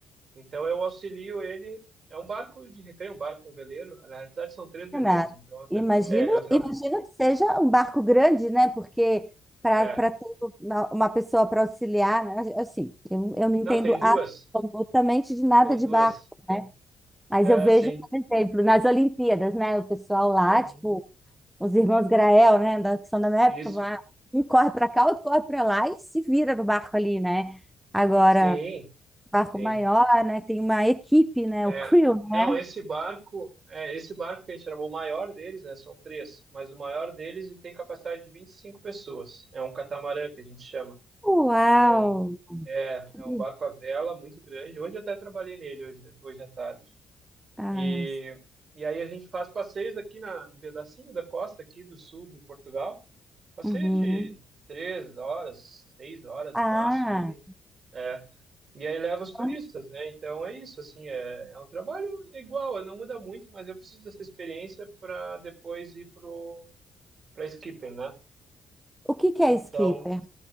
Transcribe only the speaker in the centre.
Renato,
imagino,
imagino que seja um barco grande, né? Porque para
ter uma uma pessoa para auxiliar, né? Assim, eu, eu não entendo
absolutamente de nada
de
barco, né? Mas
eu vejo,
por exemplo, nas Olimpíadas, né? O pessoal lá,
tipo, os irmãos Grael, né? Da, que são da minha
época, lá, um corre para cá, outro corre para lá e se vira no barco ali, né? Agora.
barco
maior, né? Tem uma equipe, né?
O crew, né?
Uau!
Que-
Ah,
s-
uhum.
Ah,
então,
o que que é
skipper?